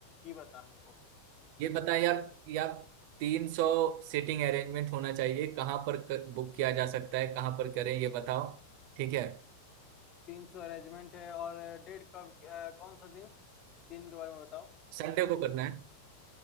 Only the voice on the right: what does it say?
ये बता यार यार तीन सौ सीटिंग अरेंजमेंट होना चाहिए कहाँ पर बुक किया जा सकता है कहाँ पर करें ये बताओ ठीक है
संडे को करना है